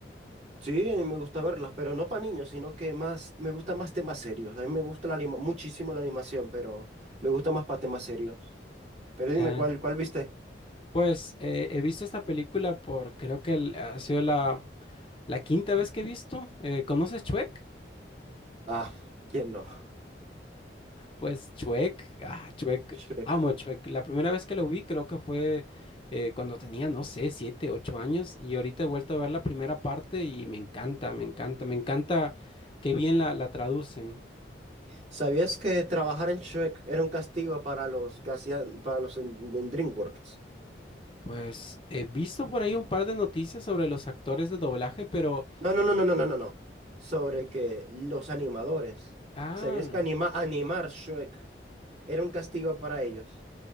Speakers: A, on the right; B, on the left.
A: sí, me gusta verlas, pero no para niños, sino que más, me gusta más temas serios. A mí me gusta la anima- muchísimo la animación, pero me gusta más para temas serios. Pero dime,
B: Eh,
A: ¿cuál, cuál viste?
B: pues eh, he visto esta película por creo que el- ha sido la, la quinta vez que he visto. Eh, ¿conoces Shrek?
A: Ah, ¿quién no? <laughs>
B: Pues Chuek, ah, Chuek,
A: Shrek.
B: amo a Chuek. La primera vez que lo vi creo que fue eh, cuando tenía, no sé, siete, ocho años y ahorita he vuelto a ver la primera parte y me encanta, me encanta, me encanta qué bien la, la traducen.
A: ¿Sabías que trabajar en Shrek era un castigo para los que hacían, para los en, en DreamWorks?
B: Pues he visto por ahí un par de noticias sobre los actores de doblaje, pero,
A: No, no, no, no, no, no, no, no. Sobre que los animadores.
B: ah,
A: ¿Sabías que anima, animar Shrek era un castigo para ellos?